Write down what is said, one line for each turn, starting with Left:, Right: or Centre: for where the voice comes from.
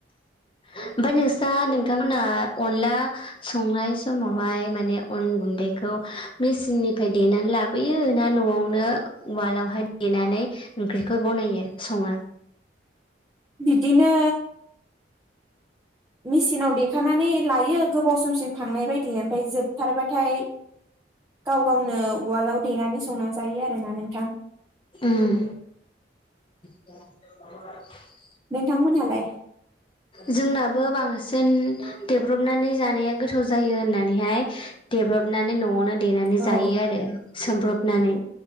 Left: ओमफाय नोंसा नोंथांमोनहा अनला संनाय समावहाय माने अन गुन्दैखौ मेचिननिफाय देनानै लाबोयो ना न'आवनो उवालावहाय देनानै ओंख्रिखौ बनायो सङो?
Right: बिदिनो मेसिनाव देखानानै लायो गोबाव समसिम थांनाय बायद दि ओमफाय जोबथारबाथाय गाव गावनो उवालआव देनानै संनानै जायो आरोना नोंथां ।
Left: उम <unintelligible>
Right: नोंथांमोनहालाय?
Left: जोंनाबो बांसिन देब्रबनानै जानाया गोथाव जायो होननानैहाय देब्रबनानै न'आवनो देनानै
Right: औ
Left: जायो आरो सोमब्रबनानै